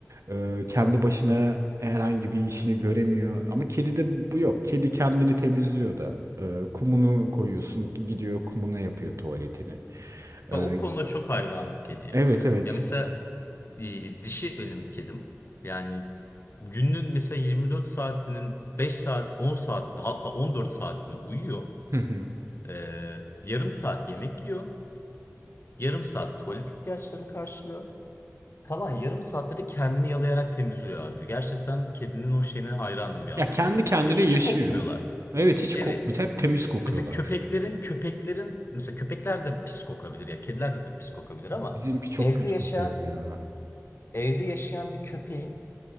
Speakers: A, on the right (about 65°); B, on the left (about 50°).
A: Ee, kendi başına herhangi bir işini göremiyor. Ama kedide bu yok. Kedi kendini temizliyor da. Ee, kumunu koyuyorsun, gidiyor kumuna yapıyor tuvaletini.
B: Bak
A: Ee,
B: o konuda çok hayranım kediye.
A: evet evet.
B: Ya mesela e, dişi benim kedim. Yani günün mesela 24 saatinin 5 saat 10 saatini hatta 14 saatini uyuyor.
A: Hı hı.
B: Ee, yarım saat yemek yiyor. Yarım saat tuvalet ihtiyaçlarını karşılıyor. Kalan yarım saatte de kendini yalayarak temizliyor abi. Gerçekten kedinin o şeyine hayranım bir anlamda.
A: Ya kendi kendine
B: Ve hiç
A: yaşıyor.
B: kokmuyorlar.
A: Evet hiç
B: Evet.
A: kokmuyor. Hep temiz kokuyorlar.
B: Mesela köpeklerin köpeklerin mesela köpekler de pis kokabilir ya kediler de tabii pis kokabilir ama
A: Bizimki çok
B: Evde
A: kötü
B: yaşayan
A: kokuyor ya.
B: Evde yaşayan bir köpeğin